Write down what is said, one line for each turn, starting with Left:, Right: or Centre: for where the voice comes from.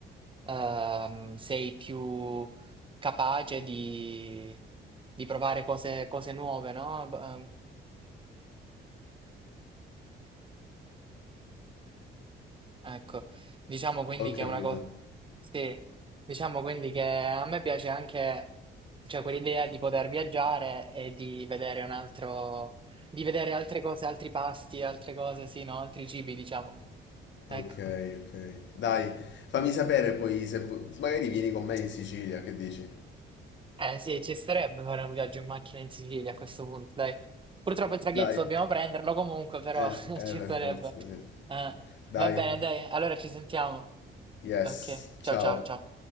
Right: ehm, sei più capace di, di provare cose, cose nuove, no? Ehm, Ecco, diciamo quindi
Left: Ho capito.
Right: che è una cosa, sì, diciamo quindi che a me piace anche, cioè quell'idea di poter viaggiare e di vedere un altro, di vedere altre cose, altri pasti, altre cose, sì, no, altri cibi, diciamo. Ecco,
Left: Ok, ok. Dai, fammi sapere poi se vu- magari vieni con me in Sicilia, che dici?
Right: eh sì, ci starebbe fare un viaggio in macchina in Sicilia a questo punto, dai. Purtroppo il traghetto
Left: Dai.
Right: dobbiamo prenderlo comunque, però
Left: Eh, eh,
Right: <laughs> ci
Left: per
Right: starebbe.
Left: forza, sì.
Right: Eh,
Left: Dai.
Right: va bene, dai, allora ci sentiamo.
Left: Yes.
Right: Ok, ciao
Left: Ciao.
Right: ciao ciao.